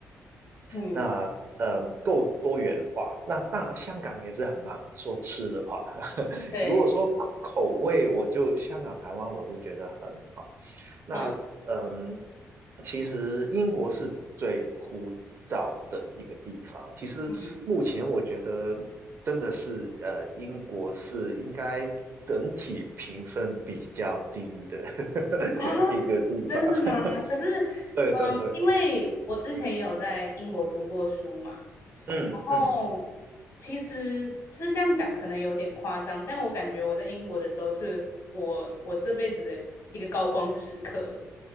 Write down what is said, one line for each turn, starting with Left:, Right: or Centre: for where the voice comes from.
Left: 嗯，
Right: 那呃够多元化。那当然香港也是很棒，说吃的话，<laughs>
Left: 对，
Right: 如果说口味，我就香港、台湾我都觉得很好。那嗯，
Left: 嗯
Right: 其实英国是最枯燥的一个地方。其实目前我觉得真的是，
Left: 嗯
Right: 呃，英国是应该整体评分比较低的 <laughs>
Left: 啊，
Right: 一个地方。
Left: 真的吗？
Right: <laughs>
Left: 可是，嗯，
Right: 对对对，
Left: 因为我之前也有在英国读过书嘛，
Right: 嗯嗯，
Left: 哦，其实就是这样讲，可能有点夸张，但我感觉我在英国的时候是我我这辈子的一个高光时刻。